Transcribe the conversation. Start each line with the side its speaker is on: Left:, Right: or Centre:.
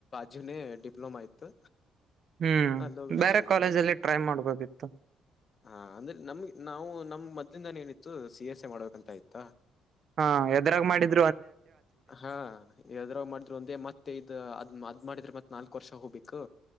Left: ಜುನೇ ಡಿಪ್ಲೊಮಾ ಇತ್ತು
Right: ಹ್ಮ್
Left: ಅಲ್ಲೋಗಿ ಹಚ್ಬಿಟ್ವಿ
Right: ಬೇರೆ ಕಾಲೇಜಲ್ಲಿ ಟ್ರೈ ಮಾಡ್ಬೋದಿತ್ತು
Left: ಹಾ ಅಂದ್ರೆ ನಮ್ಗೆ ನಾವು ನಮ್ ಮದ್ದಿಂದಾನ ಏನಿತ್ತು ಸಿ ಎಸ್ ಎ ಮಾಡ್ಬೇಕಂತ ಆಯ್ತಾ
Right: ಹಾ ಎದರಾಗ ಮಾಡಿದ
Left: ಹಾ ಯದ್ರ ಮಾಡಿದ್ರು ಒಂದೇ ಮತ್ತೆ ಇ ಅದ್ ಅದ ಮಾಡಿದ್ರೆ ಮತ್ ನಾಲ್ಕ್ು ವರ್ಷ ಹೋಗ್ಬೇಕು